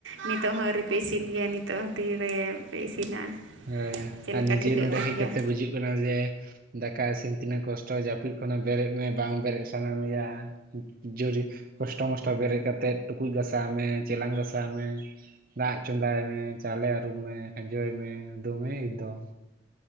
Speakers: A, on the right (about 80°); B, on the right (about 45°).
A: ᱱᱤᱛᱚᱜ ᱦᱚᱸ ᱟᱹᱣᱨᱤᱯᱮ ᱤᱥᱤᱱ ᱜᱮᱭᱟ ᱱᱤᱛᱚᱜ ᱦᱚᱸ ᱛᱤᱨᱮᱯᱮ ᱤᱥᱤᱱᱟ
B: ᱮᱸ
A: ᱪᱮᱫ
B: ᱟᱨ
A: ᱞᱮᱠᱟ
B: ᱱᱤᱡᱮ
A: ᱴᱷᱤᱠᱟᱹᱜ
B: ᱱᱚᱰᱮ
A: ᱠᱟᱱ
B: ᱦᱮᱡ
A: ᱜᱮᱭᱟ
B: ᱠᱟᱛᱮ ᱵᱩᱡᱩᱜ ᱠᱟᱱᱟ ᱡᱮ ᱫᱟᱠᱟ ᱤᱥᱤᱱ ᱛᱤᱱᱟᱹᱜ ᱠᱚᱥᱴᱚ ᱡᱟᱹᱯᱤᱫ ᱠᱷᱚᱱᱟᱜ ᱵᱮᱨᱮᱫ ᱢᱮ ᱵᱟᱝ ᱵᱮᱨᱮᱫ ᱥᱟᱱᱟ ᱢᱮᱭᱟ᱾ ᱡᱳᱨᱤ ᱠᱚᱥᱴᱚ ᱢᱚᱥᱴᱚ ᱵᱮᱨᱮᱫ ᱠᱟᱛᱮᱜ ᱴᱩᱠᱩᱡ ᱜᱟᱥᱟᱣ ᱢᱮ ᱪᱮᱞᱟᱝ ᱜᱟᱥᱟᱣ ᱢᱮ ᱫᱟᱜ ᱪᱚᱸᱫᱟᱭ ᱢᱮ, ᱪᱟᱣᱞᱮ ᱟᱹᱨᱩᱵ ᱢᱮ, ᱠᱷᱡᱟᱡᱚᱭ ᱢᱮ, ᱫᱚᱢᱮ ᱮᱠᱫᱚᱢ᱾